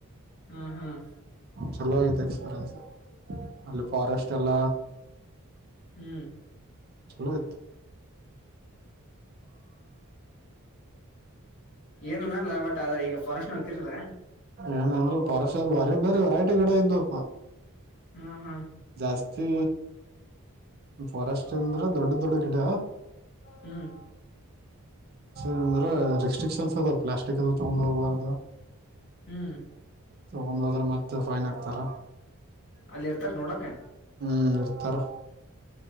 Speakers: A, on the left; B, on the right.
A: ಹ್ಮ್ ಹ್ಮ್
B: ಚಲೋ ಆಗಿತ್ತು ಎಕ್ಸ್ಪೀರಿಯನ್ಸ್ ಅಲ್ಲಿ ಫಾರೆಸ್ಟ್ ಎಲ್ಲ.
A: ಹ್ಮ್
B: ಚಲೋ ಇತ್ತು.
A: ಏನನಲ್ಲವಟ ಆದ ಈಗ. ಫಾರೆಸ್ಟ್ ಹಕಿರ್ಲ
B: ಏನ ಪರಸ ಬಾರಿ ಬಾರಿ ವೆರೈಟಿ ಗಿಡ ಇದವಪ್ಪಾ
A: ಹ್ಮ ಹ್ಮ
B: ಜಾಸ್ತಿ ಫರೆಸ್ಟ್ ಅಂದ್ರ ದೊಡ್ಡ ದೊಡ್ಡ ಗಿಡ
A: ಹ್ಮ್
B: ಅಂದ್ರೆರಿಕ್ಷಾ ಸ್ಟ್ರಿಕ್ಷನ್ಸ್ ಅದ ಪ್ಲಾಸ್ಟಿಕ್ ಅದು ತಗೊಂಡು ಹೋಗಬಾರು
A: ಹ್ಮ್
B: ತಗೊಡ ಹೋದ್ರ ಮತ್ತೆ ಫೈನ್ ಹಕ್ತಾರ
A: ಅಲ್ಲಿ ಇರ್ತಾರ ನೋಡಕ್
B: ಹ್ಮ್ ಇರ್ತಾರ